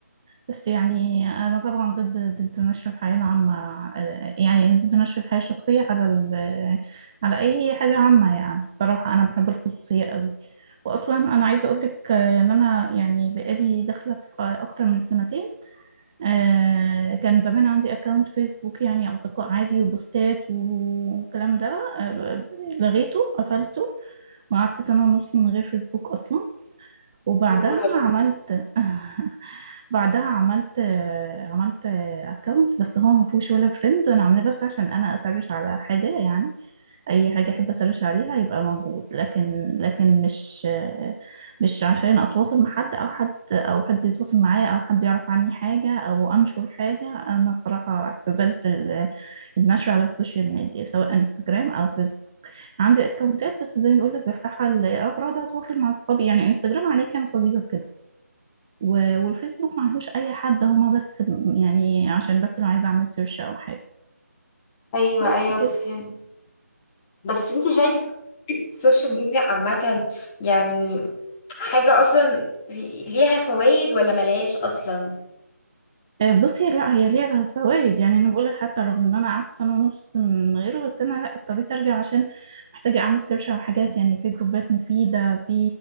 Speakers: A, on the right; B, on the left.
A: بس يعني انا طبعا ضد ضد نشر الحياه العامه يعني ضد نشر الحياه الشخصيه على ال على اي حاجه عامه يعني الصراحه انا بحب الخصوصيه قوي واصلا انا عايزه اقول لك ان انا يعني بقالي داخله في اكتر من سنتين آه كان زمان عندي اكونت فيسبوك يعني اصدقاء عادي وبوستات والكلام ده آه لغيته قفلته وقعدت سنة ونص من غير فيسبوك اصلا وبعدها
B: بتهزري
A: عملت <laughs> بعدها عملت آه، عملت اكونت بس هو ما فيهوش ولا فريند وانا عاملاه بس عشان انا اسرش على حاجه يعني اي حاجه احب اسرش عليها يبقى موجود لكن لكن مش آه، مش عشان اتواصل مع حد او حد او حد يتواصل معايا او حد يعرف عني حاجه او انشر حاجه انا الصراحه اعتزلت ال- النشر على السوشيال ميديا سواء انستجرام او فيسبوك عندي اكونتات بس زي ما بقول لك بفتحها لاغراض اتواصل مع صحابي يعني انستجرام عليه كام صديقه كده و- والفيسبوك معلهوش اي حد هما بس يعني عشان بس لو عايزه اعمل سيرش او حاجه
B: ايوه
A: بس
B: ايوه
A: كده
B: فهمت بس انت شايفه السوشيال ميديا عامه يعني حاجة أصلا في- ليها فوائد ولا ملهاش أصلا
A: آه، بصي لا هي ليها فوائد يعني انا بقول لك حتى رغم ان انا قعدت سنه ونص من غيره بس انا لا اضطريت ارجع عشان محتاجه اعمل سيرش على حاجات يعني في جروبات مفيده في